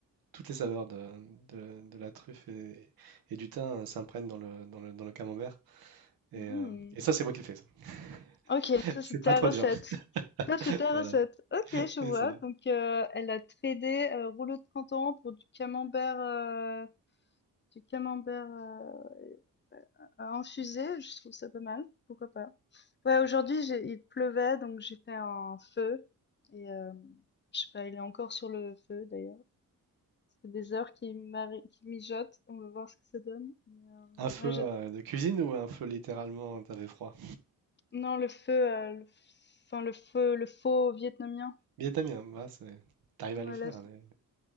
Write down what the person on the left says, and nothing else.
Mhm.
Ok,
ça
c'est ta
recette.
Ça c'est
ta
recette. Ok, je
vois.
Donc euh, elle a tradé euh, rouleau de printemps pour du camembert euh, Du camembert euh, euh, euh, infusé, je trouve ça pas mal. Pourquoi pas? Ouais, aujourd'hui, j'ai, il pleuvait, donc j'ai fait un feu. Et euh, je sais pas, il est encore sur le feu d'ailleurs. Ça fait des heures qu'il mari- qu'il mijote. On va voir ce que ça donne. Mais, euh,
ouais, j'ad-
non, le feu, euh, le enfin le feu, le faux vietnamien.
Ouais,
là,